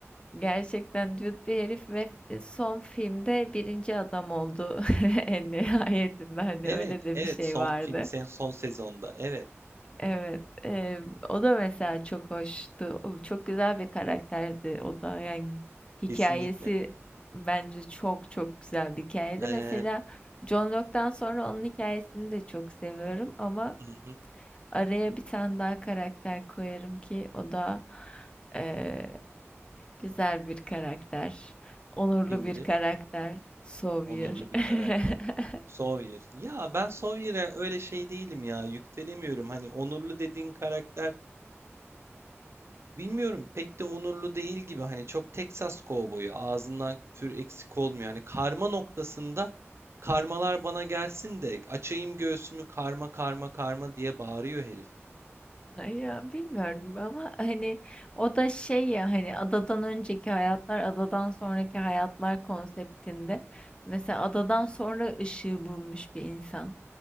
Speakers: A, on the left; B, on the right.
A: Gerçekten düet bir herif ve f- son filmde birinci adam oldu <laughs> en nihayetinde hani
B: Evet,
A: öyle de
B: evet
A: bir şey
B: son
A: vardı.
B: fin, sen son sezonda. Evet,
A: Evet, eee, o da mesela çok hoştu. O Çok güzel bir karakterdi o da. Yani hikayesi
B: kesinlikle.
A: bence çok çok güzel bir hikayeydi.
B: Ee,
A: Mesela John Locke'dan sonra onun hikayesini de çok seviyorum ama
B: hı hı,
A: araya bir tane daha karakter koyarım ki o da eee, güzel bir karakter, onurlu
B: kimdir?
A: bir karakter, Sawyer.
B: Onurlu bir
A: <laughs>
B: karakter. Sawyer. Ya ben Sawyer'e öyle şey değilim ya. Yükselemiyorum. Hani onurlu dediğin karakter Bilmiyorum pek de onurlu değil gibi hani çok Texas kovboyu ağzından küfür eksik olmuyor. Hani karma noktasında karmalar bana gelsin de açayım göğsümü karma karma karma diye bağırıyor herif.
A: Ya bilmiyorum ama hani o da şey ya hani adadan önceki hayatlar adadan sonraki hayatlar konseptinde mesela adadan sonra ışığı bulmuş bir insan